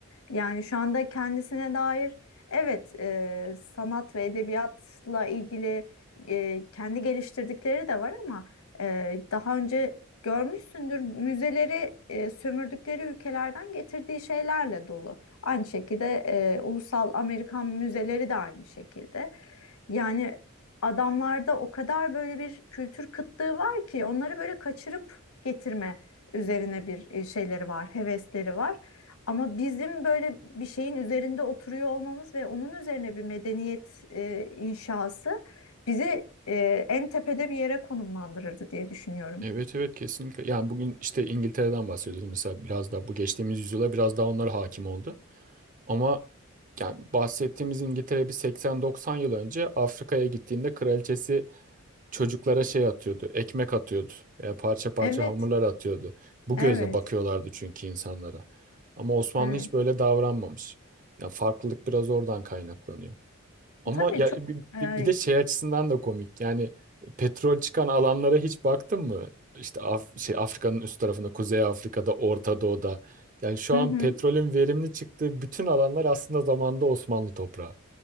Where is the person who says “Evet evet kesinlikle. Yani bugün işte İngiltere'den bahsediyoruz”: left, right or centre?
Right